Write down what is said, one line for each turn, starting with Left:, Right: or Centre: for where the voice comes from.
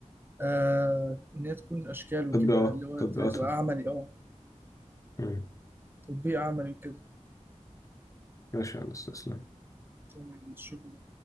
Right: آه ان هي تكون اشكال وكده
Left: تطبيقات
Right: اللي هو
Left: تطبيقاتها
Right: تبقى عملي اه
Left: مم.
Right: تطبيق عملي وكده
Left: ماشي يا هندسة، تسلم
Right: تمام شكرا